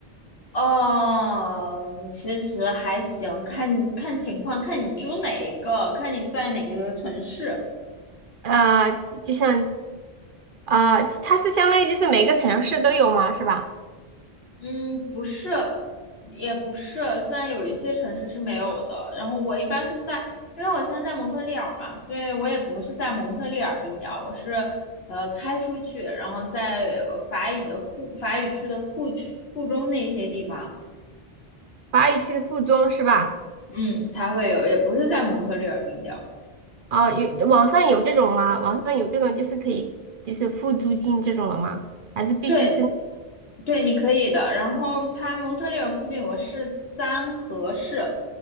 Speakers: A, on the left; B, on the right.
A: 哦，其实还行，看看情况，看你租哪一个，看你在哪个城市。
B: 啊就就像啊、呃它是相当于就是每个城市都有吗？是吧？
A: 嗯，不是，也不是，虽然有一些城市是没有的。然后我一般是在，因为我现在在蒙特利尔嘛，所以我也不是在蒙特利尔冰雕，我是呃开出去，然后在法语的附法语区的附区附中那些地方，
B: 法语区的附中是吧？
A: 嗯，才会有，也不是在蒙特利尔冰雕。
B: 啊，有网上有这种吗？网上有这种就是可以就是付租金这种的吗？还是必须是
A: 对对，你可以的。然后他蒙特利尔附近有个市三河市，